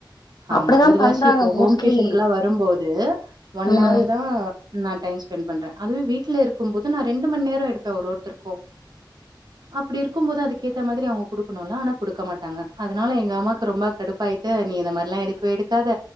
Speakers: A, on the right; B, on the left.
A: ஆமா
B: அப்டிதா
A: இது வாச்சு
B: பண்றாங்க
A: இப்போ ஹோம்
B: மோஸ்ட்லி
A: டியூஷனக்‌கெல்லா வரும்போது ஒன்
B: ம்
A: ஆரு தா நா டைம் ஸ்பெண்ட் பண்றே அதுவே வீட்ல இருக்குபோது நா ரெண்டு மணி நேரோ எடுப்ப ஒரு ஒருத்தர்க்கு அப்டி இருக்கும் போது அதுக்கேத்த மாரி அவ்ங்க குடுக்குணு இல்ல ஆனா குடுக்க மாட்டாங்க அதனால எங்க அம்மாவுக்கு ரொம்ப கடுப்பாயிட்டு நீ இத மாரில்லா எடுக்கவே எடுக்காத